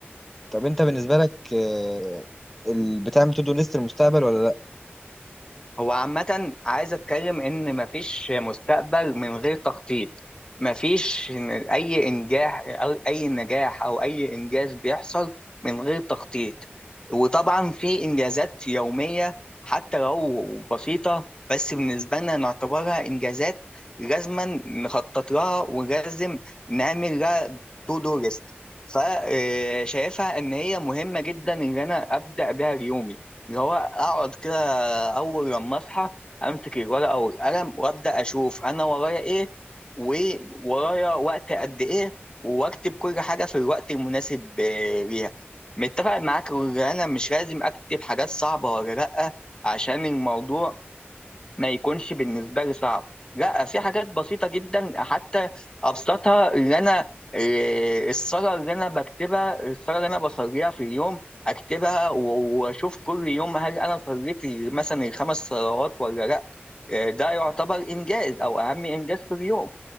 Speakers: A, in the centre; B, on the left.
A: طب أنت بالنسبة لك آه، ال- بتعمل تودو ليست للمستقبل ولا لأ؟
B: هو عامة عايز اتكلم ان مفيش مستقبل من غير تخطيط مفيش إن- اي انجاح او اي نجاح او اي انجاز بيحصل من غير تخطيط وطبعا في انجازات يومية حتى لو بسيطة بس بالنسبة لنا نعتبرها انجازات لازما نخطط لها ولازم نعمل لها تو دو ليست فشايفها ان هي مهمة جدا ان انا ابدأ بيها يومي اللي هو اقعد كده اول لما اصحى امسك الورقه والقلم وابدا اشوف انا ورايا ايه وورايا وقت قد ايه واكتب كل حاجه في الوقت المناسب آه، ليها متفق معاك ان انا مش لازم اكتب حاجات صعبه ولا لا عشان الموضوع ما يكونش بالنسبه لي صعب لا في حاجات بسيطه جدا حتى ابسطها اللي انا إيه، الصلاه اللي انا بكتبها الصلاه اللي انا بصليها في اليوم اكتبها و- واشوف كل يوم هل انا صليت مثلا الخمس صلوات ولا لا آه، ده يعتبر انجاز او اهم انجاز في اليوم